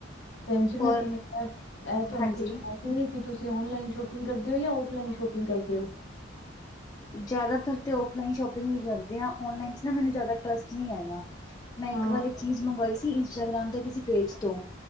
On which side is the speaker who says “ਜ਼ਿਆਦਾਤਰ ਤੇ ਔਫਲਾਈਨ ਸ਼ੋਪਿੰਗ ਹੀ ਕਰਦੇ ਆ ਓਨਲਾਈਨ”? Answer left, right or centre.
Left